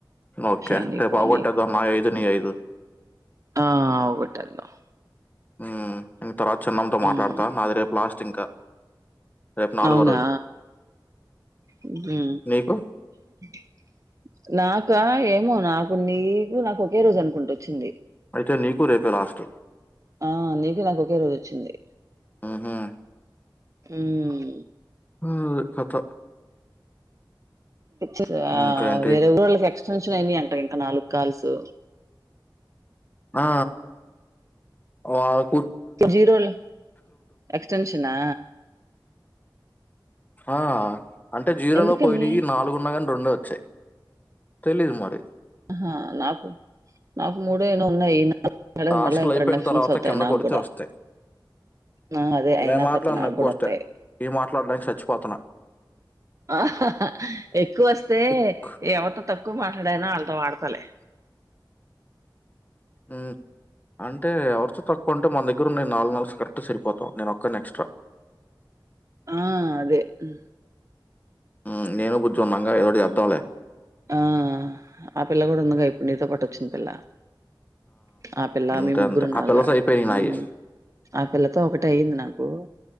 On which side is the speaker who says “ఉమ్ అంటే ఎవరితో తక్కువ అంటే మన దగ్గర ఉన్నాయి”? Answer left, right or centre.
Left